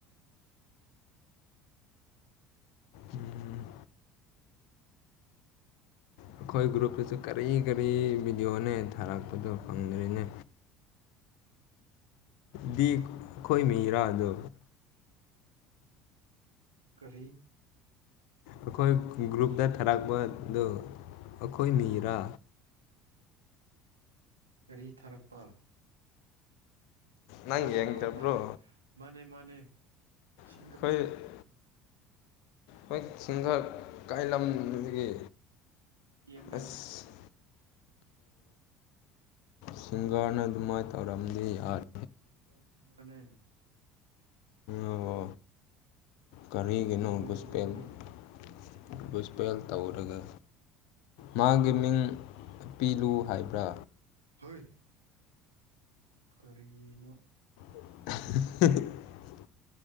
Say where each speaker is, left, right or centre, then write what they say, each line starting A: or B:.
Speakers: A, on the left; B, on the right.
A: ꯎꯝ ꯑꯩꯈꯣꯏ ꯒ꯭ꯔꯨꯞꯇꯁꯨ ꯀꯔꯤ ꯀꯔꯤ ꯚꯤꯗꯤꯑꯣꯅꯦ ꯊꯥꯔꯛꯄꯗꯣ ꯐꯪꯗꯔꯤꯅꯦ ꯗꯤ ꯑꯩꯈꯣꯏ ꯃꯤ ꯏꯔꯥꯗꯣ
B: ꯀꯔꯤ
A: ꯑꯩꯈꯣꯏ ꯒ꯭ꯔꯨꯞꯇ ꯊꯥꯔꯛꯄꯗꯨ ꯑꯩꯈꯣꯏ ꯅꯤꯔꯥ
B: ꯀꯔꯤ ꯊꯥꯔꯛꯄ
A: ꯅꯪ
B: ꯑꯣ
A: ꯌꯦꯡꯗꯕ꯭ꯔꯣ
B: ꯍꯣ ꯃꯥꯅꯦ ꯃꯥꯅꯦ ꯃꯥꯅꯦ ꯁꯤꯡꯒꯔꯅꯤꯅꯦ
A: ꯑꯩꯈꯣꯏ
B: ꯀꯩꯅꯣ
A: ꯍꯣꯏ ꯁꯤꯡꯒ ꯀꯥꯏ ꯂꯝꯗꯒꯤ
B: ꯄꯦꯝ
A: ꯑꯁ
B: ꯑꯦꯜꯗ
A: ꯁꯤꯡꯒꯔꯅ ꯑꯗꯨꯃꯥꯏꯅ ꯇꯧꯔꯝꯗꯤ ꯌꯥꯔꯦ
B: ꯁꯄꯦꯜ ꯁꯤꯁꯤꯡꯒꯥꯔꯅꯦ
A: ꯑꯣ ꯀꯔꯤꯔꯤꯒꯅꯨ
B: ꯇꯤ ꯑꯦꯝ ꯑꯦꯜꯗꯒꯤꯅꯦ
A: ꯨꯁꯄꯦꯟꯦꯟ ꯁꯄꯦꯜ ꯇꯧꯔꯒ ꯃꯥꯒꯤ ꯃꯤꯡ ꯄꯤꯂꯨ ꯍꯥꯏꯕ꯭ꯔꯥ
B: ꯍꯣꯏ ꯀꯔꯤꯅꯣ
A: <unintelligible>